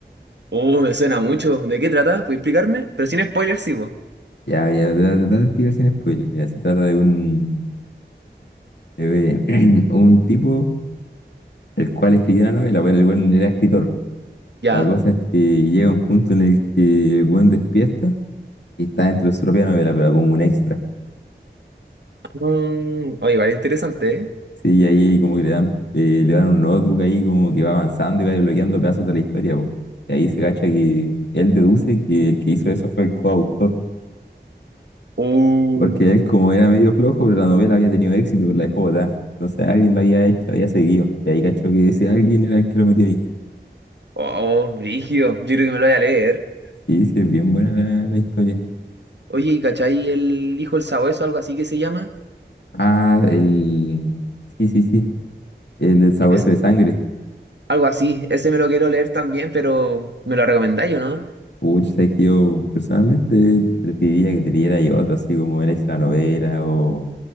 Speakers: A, on the right; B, on the left.
A: Oh, me suena mucho. ¿De qué trata? ¿Puedes explicarme? Pero sin spoilers, sí, vos.
B: Ya, ya, te voy a tratar de explicar sin spoilers. Mira, se trata de un, de <clears throat> un tipo el cual escribió una novela, pero el buen era escritor.
A: ¿Ya?
B: La cosa es que llega un punto en el que el buen despierta y está dentro de su propia novela, pero como un extra.
A: Mm, oye, vale, interesante, ¿eh?
B: Sí, ahí como que le dan, eh, le dan un notebook ahí como que va avanzando y va desbloqueando pedazos de la historia, po. Y ahí se cacha que él deduce que el que hizo eso fue el coautor,
A: Uh,
B: porque él como era medio flojo, pero la novela había tenido éxito, pero la dejó botada. Entonces alguien la había hecho, la había seguido. Y ahí cachó que ese alguien era el que lo metió ahí.
A: oh, brígido. Yo creo que me lo voy a leer.
B: Sí, sí, es bien buena la, la historia.
A: Oye, ¿y cachai el hijo el sabueso, algo así que se llama?
B: Ah, el... Sí, sí, sí, el del sabueso
A: Es
B: de sangre.
A: algo así. Ese me lo quiero leer también, pero ¿me lo recomendáis o no?
B: Pucha, sabes que yo personalmente preferiría que te diera yo otro, así como el extra novela o